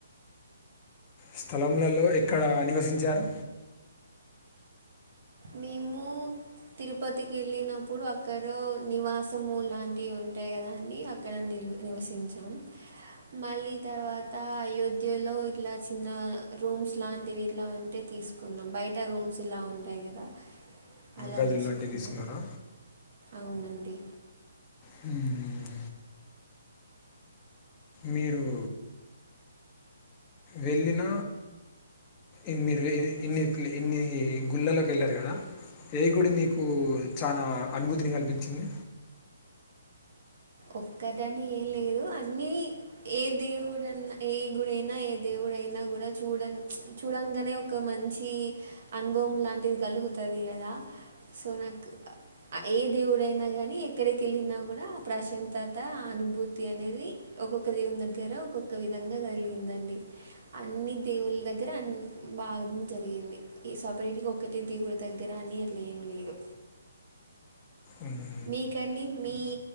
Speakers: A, on the left; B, on the right.
A: స్థలంలలో ఎక్కడ నివసించారు
B: మేము తిరుపతికెళ్ళినప్పుడు అక్కడ నివాసము లాంటివి ఉంటాయి కదా అండి అక్కడ నివసించాం మళ్ళీ తర్వాత అయోధ్యలో ఇట్లా చిన్న రూమ్స్ లాంటివి ఇట్లా ఉంటే తీసుకు కున్నాం బయట రూమ్స్ ఇలా ఉంటాయి కదా అలా
A: గదులాంటియి
B: తీసుకున్నాం
A: తీసుకున్నారా
B: అవునండి
A: హ్మ్ మీరు వెళ్ళిన ఇన్నిరు ఇన్ని ఇన్ని గుళ్ళల్లోకి వెళ్ళారు కదా ఏ గుడి మీకు చాలా అనుభూతిని కల్పించింది
B: ఒక్కటని ఏం లేదు అన్నీ ఏ దేవుడన్నా ఏ గుడైనా ఏ దేవుడైనా కూడా చూడ చూడంగానే ఒక మంచి అనుభవం లాంటిది కలుగుతది కదా సో నాకు ఏ దేవుడైనా కానీ ఎక్కడికి వెళ్ళినా కూడా ప్రశాంతత అనుభూతి అనేది ఒక్కొక్క దేవుని దగ్గర ఒక్కొక్క విధంగా కలిగిందండి అన్ని దేవుళ్ళ దగ్గర అన్ని బాగా జరిగింది ఈ సపరేట్గా ఒక్కటే దేవుడి దగ్గర అని అట్ల ఏం లేదు
A: మ్మ్.
B: మీకండి మీ